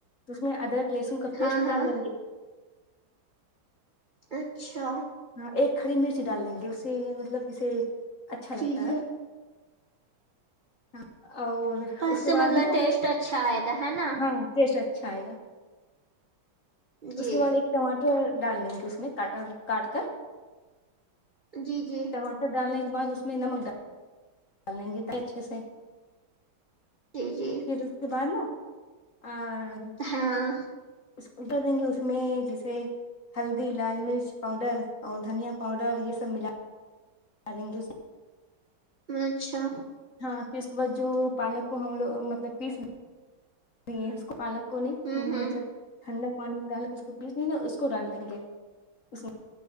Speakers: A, on the left; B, on the right.
A: اس میں ادرک لہسن کا پیسٹ
B: ہاں ہاں
A: ڈالیں گے
B: اچھا
A: ہاں ایک ہری مرچی ڈالینگے اس سے مطلب اسے اچھا لگتا
B: جی جی
A: ہے ہاں اور
B: اس
A: کے
B: سے
A: بعد
B: مطلب
A: نا
B: ٹیشٹ اچھا آئے گا ہے نا
A: ہاں ٹیسٹ اچھا آئیگا
B: جی
A: اس کے بعد ایک ٹماٹر ڈال لینگے اس میں کاٹا کاٹ کر
B: جی جی
A: ٹماٹر ڈالنے کے بعد اس میں نمک ڈال پل یں گے تو اچھے سے
B: جی جی
A: پھر اس کے بعد نا آ
B: ہاں
A: اسکو ٹر دیں گے اس میں جیسے ہلدی لال مرچ پاؤڈر اور دھنیا پاؤڈر یہ سب ملا دالنگے اس میں
B: اچھا
A: ہاں پھر اس کے بعد جو پالک کو ہم لوگ مطلب پیسے دیے اس کو پالک کو نہیں
B: ہوں ہوں
A: مطلب ٹھنڈا پانی ڈال کے اس کو پیس لینگے اس کو ڈال دیں گے اس